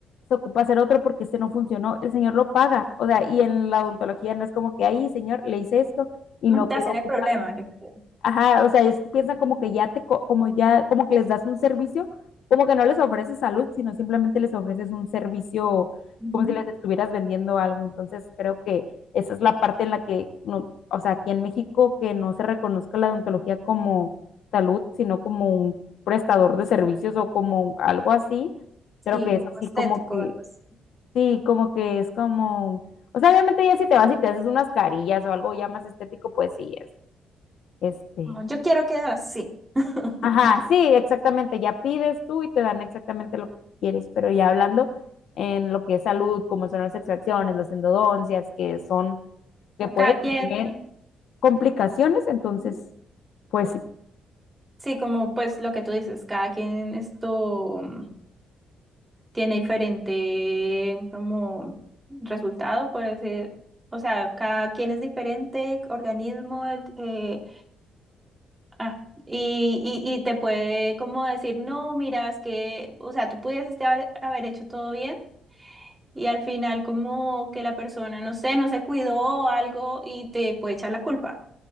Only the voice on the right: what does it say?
Mutación
el problema, yo creo.
Ujú.
Ujú.
Sí,
como
estético,
algo así.
Como, yo quiero quedar así. <laughs>
Cada quien,
Ujú.
sí, como pues lo que tú dices, cada quien esto mm, tiene diferente como resultado, puede ser, o sea, cada quien es diferente, organismo, el- eh, ah, y, y, y te puede como decir, no, mira, es que, o sea, tú pudieses te haber, haber hecho todo bien. Y al final como que la persona, no sé, no se cuidó o algo y te puede echar la culpa.